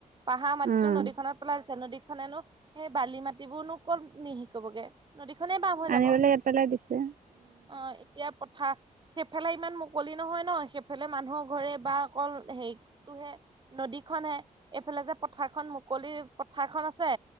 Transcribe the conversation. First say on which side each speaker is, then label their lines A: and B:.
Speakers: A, on the right (about 35°); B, on the right (about 75°).
A: পাহাৰ মাটিতো
B: উম।
A: নদীখনত পেলাইছে নদীখনেনো সেই বালি মাটিবোৰনো কত নিশেষ কৰিবগে। নদীখনেই বাম হৈ
B: আনি
A: যাব,
B: পেলাই ইয়াত পেলাই দিছে
A: অ এতিয়া পথাৰ সেইফালে ইমান মুকলি নহয় ন সেইফালে মানুহৰ ঘৰে বা অকল হেৰিটোহে নদী খন হে এইফালে যে পথাৰ খন মুকলি পথাৰ খন আছে